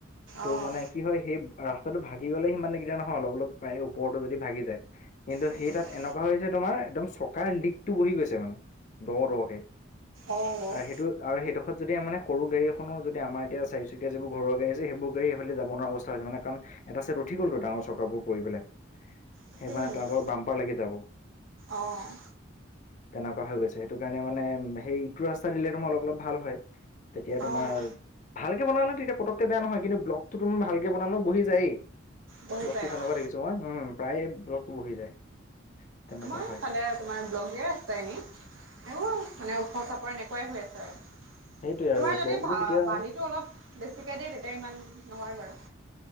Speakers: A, on the left (about 40°); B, on the right (about 80°).
A: ত'
B: অ',
A: মানে কি হয়, সেই ৰাস্তাটো ভাগি গ'লে সিমানেগদা নহয় অলপ অলপ ওপৰতো যদি ভাগি যায় কিন্তু
B: লাগি
A: সেই তাত
B: যায়
A: এনেকুৱা হৈছে তোমাৰ একদম চকাৰ লিকটো বহি গৈছে মানে <unintelligible>
B: অ'।
A: আৰু সেইটো আৰু সেইডোখৰত যদি মানে সৰু গাড়ীখনো যদি আমাৰ এতিয়া চকীয়া যোৰ ঘৰুৱা আছেই সেইবোৰ এইালে যাব নোৱাৰা অৱস্থা হৈছে মানে কাণ এটা চাইট উঠি গ'ল তো ডাঙৰ চকাবোৰ পৰি পেলাই
B: উঠিব
A: সেইকাৰণে
B: নেকি
A: তোহতৰ বাম্পাৰ লাগি যাব।
B: অ',
A: তেনেকুৱা হৈ গৈছে সেইটো কাৰণে মানে সেই ইটো ৰাস্তা দিলেতো মই অলপ অলপ ভাল হয়। তেতিয়া তোমাৰ
B: অ',
A: ভালকে বনালে তেতিয়া পকেটকে বেয়া নহয় কিন্তু বব্ল'গতো তোৰ ভালকে বনালে বহি যায়েই
B: বহি
A: ব্লগটো
B: যায়
A: যেনেকুৱা
B: অ'।
A: দেখিছোঁ মই প্ৰায়ে ব্লগটো বহি যায়। তেনেকুৱা
B: মাৰ
A: হয়
B: ফালে তোমাৰ ব্লগে আছেহি। এইবোৰ মানে ওখৰ চাপৰ এনেকুৱাই হৈ আছে আৰু।
A: সেইটোৱে
B: তোমাৰ
A: আৰু
B: যদি
A: ব্লগবোৰ কেতিয়াও
B: বালিটো
A: মানে
B: অলপ বেছিকে দিয়ে তেতিয়া ইমান নহয় বাৰু।